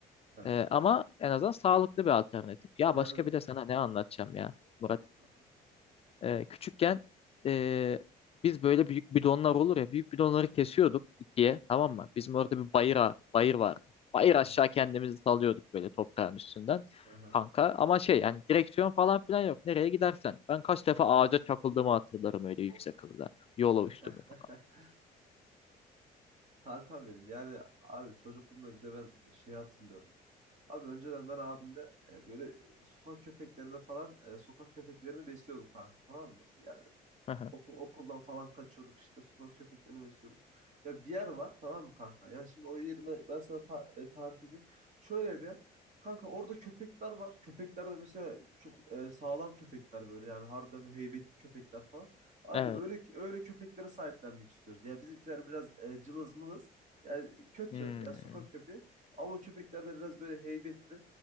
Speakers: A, on the right; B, on the left.
A: Evet.
B: Ee, ama en azından sağlıklı bir alternatif. Ya
A: Yani
B: başka bir de sana ne anlatacağım ya Murat.
A: dur kanka.
B: Ee, küçükken ee, biz böyle büyük bidonlar olur ya büyük bidonları kesiyorduk ikiye tamam mı? Bizim orada bir bayır, a- bayır vardı. Bayır aşağı
A: Aha,
B: kendimizi salıyorduk böyle toprağın üstünden
A: aha.
B: kanka. Ama şey yani direksiyon falan filan yok. Nereye gidersen. Ben kaç defa ağaca çakıldığımı hatırlarım öyle yüksek
A: Of.
B: hızda. Yola
A: <laughs>
B: uçtuğumu falan.
A: Kankam benim yani abi çocukluğumda bir de ben şey hatırlıyorum. Abi önceden ben abimle e, böyle sokak köpeklerine falan e, sokak köpeklerini besliyorduk kanka tamam mı? Ya
B: <laughs>
A: Okul, okuldan falan kaçıyorduk işte. Sokak köpeklerini besliyorduk. Ya bir yer var tamam mı kanka? Yani şimdi o yerine ben sana ta- e, tarif edeyim. Şöyle bir yer. Kanka orada köpekler var. Köpekler de mesela çok e, sağlam köpekler böyle. Yani harbiden heybetli köpekler falan. Abi
B: Evet.
A: öyle öyle köpeklere sahiplenmek istiyoruz. Ya bizimkiler biraz e, cılız mılız. Yani kötü.
B: Hmm.
A: Ya sokak köpeği. Ama o köpekler de biraz böyle heybetli.